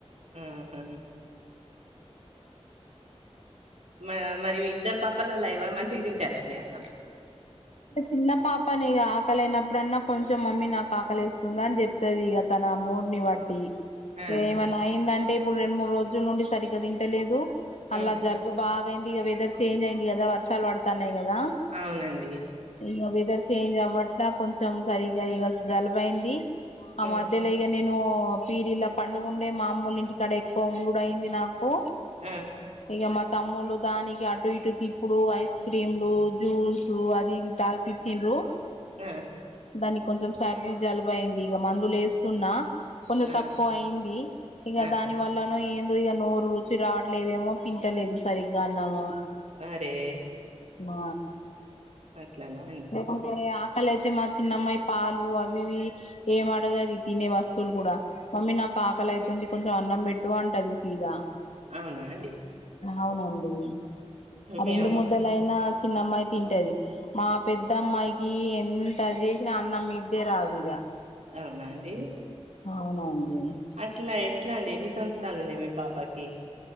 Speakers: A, on the right; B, on the left.
A: మ్ హు మా మరి ఇద్దరు పాపలల్ల ఎవరు మంచిగా తింటారండి అన్నాం
B: అంటే చిన్న పాపనే ఇగ ఆకలినప్పుడన్నా కొంచెం మమ్మీ నాకు ఆకలేస్తుందని చెప్ స్తది ఈగ తన మూడు ని బట్టి
A: ఆ
B: ఏమన్నా అయిందంటే ఇప్పుడు రెండు మూడు రోజుల నుండి సరిగ్గా తింటలేదు మల్ల
A: ఉమ్
B: జల్ బు బాగాయింది ఇగ వెదర్ చేంజ్ అయింది కదా వర్షాలు పడుతన్నయ్ కదా
A: అవునండి
B: ఇగ వెదర్ చేంజ్ అవ్వట్లే కొంచెం సరిగ్గా ఇగ జలుబైంది ఆ
A: ఉమ్
B: మధ్యలిగ నేను పీరిలా పండుగుండే మా అమ్మోల్ల ఇంటికాడ ఎక్కువ ఉండుడు అయింది నాకు
A: మ్
B: ఇగ మా తమ్ములు దానికి అటు ఇటు తిప్పుడు ఐస్ క్రీంలు జ్యూస్ లు అది ఇది తాగిపిచ్చిండ్రు
A: మ్
B: దానికి కొంచెం సర్ది జలుబ అయింది ఇగ మందులేస్తున్నా కొంచం
A: ఆ
B: తక్కువ అయింది ఇగ
A: ఆ
B: దాని వల్ ఎట్లనో ఏందో ఇగ నోరు రుచి రావట్లేదేమో తింటలేదు సరిగ్గా అన్నాము
A: అరే
B: ఆ
A: అట్లానా అం
B: అంటే ఆకలియితే మా చిన్నమ్మాయి పాలు అవి ఇవి ఏం అడగది తినే వస్తువులు కూడా మమ్మీ నాకు ఆకలి అయితుంది కొంచెం అన్నం పెట్టు అంటది సీదా
A: అవునా అండి
B: అవునండి ఆ
A: మీ
B: రెండు
A: అమ్
B: ముద్దలైన చిన్నమ్మాయి తింటది మా పెద్ద అమ్మాయికి ఎంత అది చేసిన అన్నం మీకే రాదు ఇగ
A: అవునా అండి
B: అవునండి
A: అట్లా ఎట్లా అండి ఎన్ని సంవత్సరాలు ఉన్నాయి మీ పాపకి